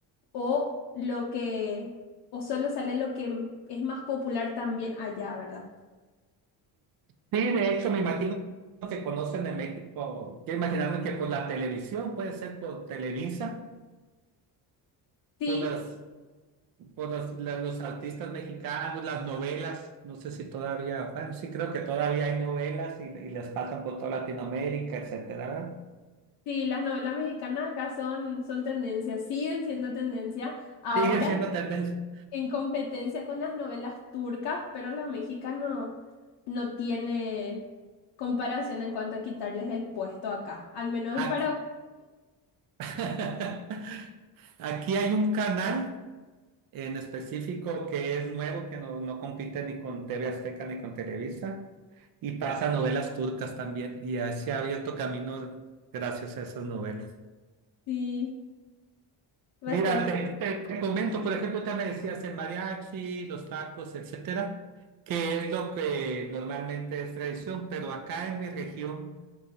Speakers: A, on the left; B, on the right.
A: o lo que, o solo sale lo que es más popular también allá, ¿verdad?
B: Sí, de hecho, me imagino que conocen de México. Quiero imaginarme que por la televisión, puede ser por Televisa,
A: Sí,
B: por las, por las- la- los artistas mexicanos, las novelas. No sé si todavía, bueno, sí creo que todavía hay novelas y, y las pasan por toda Latinoamérica, etcétera. ¿verdad?
A: sí, las novelas mexicanas acá son, son tendencia, siguen siendo tendencia, ahora
B: Siguen siendo tendencia.
A: en competencia con las novelas turcas, pero las mexicanas no no tiene comparación en cuanto a quitarles el puesto acá, al menos en
B: Aquí,
A: Paraguay,
B: <laughs> aquí hay un canal. en específico que es nuevo, que no, no compite ni con TV Azteca ni con Televisa, y pasa novelas turcas también, y ya se ha abierto camino gracias a esas novelas.
A: sí, bastante.
B: Mira, te, te- te comento, por ejemplo, ya me decías el mariachi, los tacos, etcétera, que es lo que normalmente es tradición, pero acá en mi región,